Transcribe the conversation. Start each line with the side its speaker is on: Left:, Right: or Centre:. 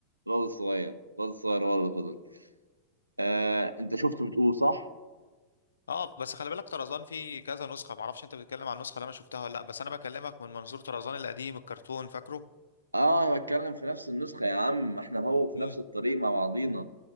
Right: الواد الصغير الواد الصغير هو اللي فضل آه، انت شفته بتقول صح؟
Left: اه بس خلي بالك طرزان فيه كذا نسخه معرفش انت بتتكلم عن النسخه اللي انا شفتها ولا لا بس انا بكلمك من منظور طرزان القديم الكرتون فاكره
Right: اه انا بتكلم في نفس النسخة يا عم ما احنا هو في
Left: مم.
Right: نفس الطريق مع بعضينا